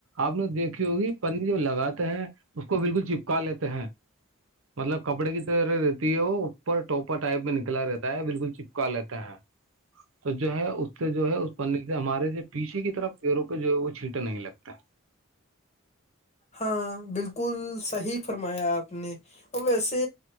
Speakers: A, on the right; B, on the left.
A: آپ نے دیکھ ہوگی جو لگاتے ہیں اس کو بالکل چپکا لیتے ہیں مطلب کپڑے کی طرح رہتی ہے وہ اوپر ٹوپا ٹائپ میں نکلا رہتا ہے بالکل چپکا لیتا
B: <inaudible>
A: ہے تو جو ہے اس سے جو ہے اس پنی سے ہمارے جو پیچھے کی طرف پیڑوں پہ جو ہے وہ چھینٹا نہیں لگتا
B: ہاں بالکل صحیح فرمایا آپ نے اور ویسے